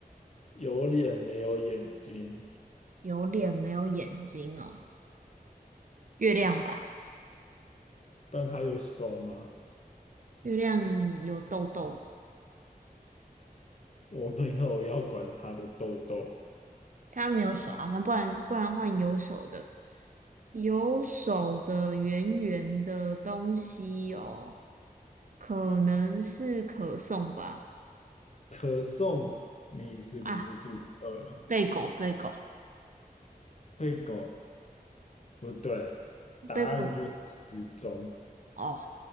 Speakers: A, on the left; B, on the right.
A: 有脸没有眼睛，
B: 有脸没有眼睛哦，月亮吧，
A: 但它有手吗？
B: 月亮有痘痘。
A: 我没有要管它的痘痘。
B: 他没有手啊，那不然不然换有手的，有手的圆圆的东西哦，可能是可颂吧？
A: 可颂，你是不是肚子饿了？
B: 啊，贝果贝果
A: 对狗，不对，答案就是时钟。
B: 贝果哦，